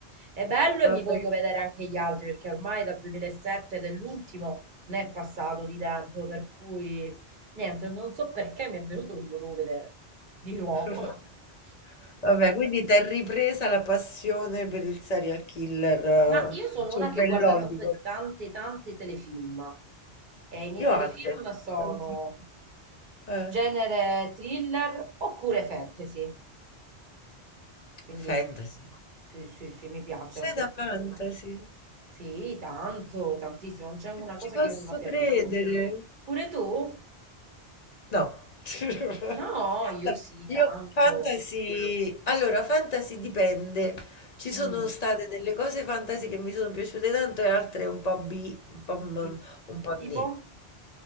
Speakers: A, on the right; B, on the left.
A: È bello
B: Vabbè.
A: e mi voglio vedere anche gli altri perché ormai dal 2007 dell'ultimo ne è passato di tempo, per cui niente, non so perché mi è venuto che me lo devo vedere di nuovo.
B: <laughs>
A: <laughs>
B: Vabbè, quindi t'è ripresa la passione per il serial killer eh,
A: Ma io sono
B: cervellotico.
A: una che guarda tante, tante, tante telefilm e i miei
B: Io
A: telefilm
B: anche,
A: sono
B: tantissimo. Eh,
A: genere thriller oppure fantasy. Quindi
B: fantasy.
A: sì, sì, sì, mi piace anche
B: Sei da
A: il fantasy.
B: fantasy?
A: Sì, tanto, tantissimo, non c'è una
B: Non
A: cosa
B: ci posso
A: che io non abbia
B: credere.
A: visto. Pure tu?
B: No. <laughs>
A: No,
B: No,
A: io sì,
B: Io
A: tanto.
B: fantasy, allora fantasy dipende. Ci sono
A: Mm,
B: state delle cose fantasy che mi sono piaciute tanto e altre un po' B, un po', m-
A: ti-
B: un po'
A: Tipo?
B: nì.